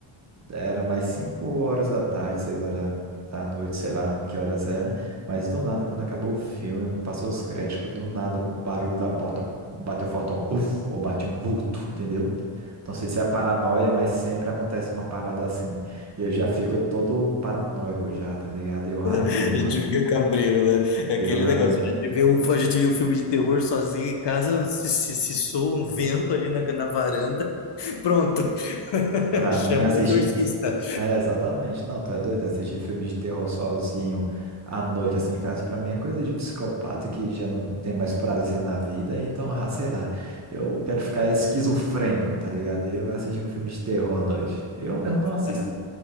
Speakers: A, on the right; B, on the left.
A: Era mais 5 horas da tarde, 6 horas da noite, sei lá que horas era. Mas do nada, quando acabou o filme, passou os créditos, do nada o barulho da porta bateu fortão, uf, ou bateu um vulto, entendeu? Não sei se é paranoia, mas sempre acontece uma parada assim. E eu já fico todo paranoico já, tá ligado? Eu, ah, não,
B: <laughs>
A: mano.
B: A gente fica cabreiro, né? É
A: Digo,
B: aquele
A: Gabriel.
B: negócio, a gente vê um, a gente vê um filme de terror sozinho em casa, se, se, se soa um vento ali na, na varanda, <laughs> pronto. <laughs>
A: Pra
B: Chama
A: mim, assistir.
B: o exorcista.
A: f- É, exatamente. Não, tu é doido. Assistir filme de terror sozinho à noite, assim, em casa, pra mim é coisa de psicopata que já não tem mais prazer na vida. Então, ah, sei lá. Eu quero ficar esquizofrênico, tá ligado? E eu vou assistir um filme de terror à noite. Eu mesmo não assisto,
B: Ah,